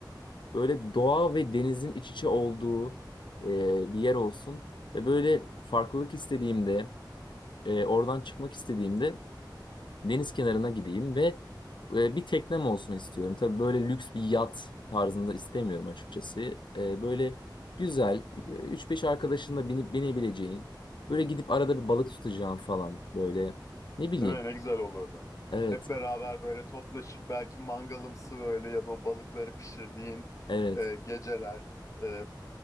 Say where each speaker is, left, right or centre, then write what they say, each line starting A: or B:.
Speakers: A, on the left; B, on the left.
A: böyle doğa ve denizin iç içe olduğu e, bir yer olsun. Ve böyle farklılık istediğimde, e, oradan çıkmak istediğimde deniz kenarına gideyim ve e, bir teknem olsun istiyorum. Tabii böyle lüks bir yat tarzında istemiyorum açıkçası. E, böyle güzel, e, 3-5 arkadaşınla binip binebileceğin, böyle gidip arada bir balık tutacağım falan böyle. Ne bileyim.
B: Değil mi? Ne güzel olurdu.
A: Evet,
B: Hep beraber böyle toplaşıp belki mangalımsı böyle ya da o balıkları pişirdiğin
A: evet.
B: e, geceler. e,